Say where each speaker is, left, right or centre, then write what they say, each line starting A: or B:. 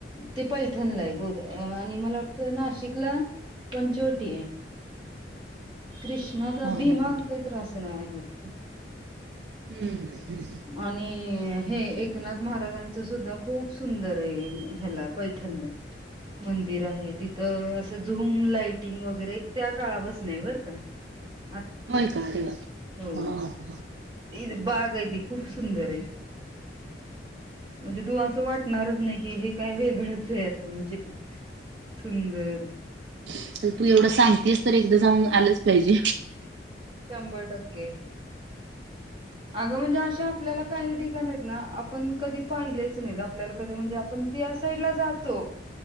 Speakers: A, on the right (about 30°); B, on the right (about 75°).
A: ते पैठणला आहे गोदा आणि मला वाटतं नाशिकला पंचवटी आहे. कृष्णा का
B: हा हा
A: भीमा
B: हम्म
A: काहीतर असं आहे वाटत.
B: हम्म हम्म.
A: आणि हे एकनाथ महाराजांचं सुद्धा खूप सुंदर आहे ह्याला पैठणला. मंदिर आहे तिथं असं झूम लाईटिंग वगैरे त्या काळापसनं आहे बरं का. हा.
B: होय का अरे वा!
A: हो
B: हा हा
A: इ बाग आहे ती खूप सुंदर आहे. म्हणजे तू असं वाटणारच नाही की हे काय वेगळंच आहे असं म्हणजे. सुंदर.
B: तू एवढं सांगतेस तर एकदा जाऊन आलंच पाहिजे.
A: शंभर टक्के. अगं म्हणजे अशे आपल्याला काही ठिकाण आहेत ना आपण कधी पाहिलेच नाहीत आपल्याला कधी म्हणजे आप पण त्या साईडला जातो